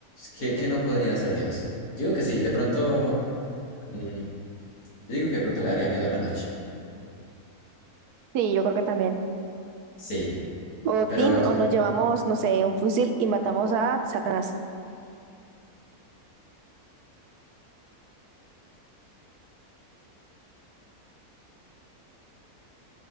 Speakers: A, on the left (about 85°); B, on the right (about 85°).
A: ¿qué, qué no podría ser Dios? Yo Digo que sí, de pronto, mm, yo digo que de pronto le daría miedo a la noche.
B: Sí, yo creo que también.
A: Sí,
B: O
A: pero
B: Tin,
A: tú
B: o nos llevamos, no sé, un fusil y matamos a Satanás.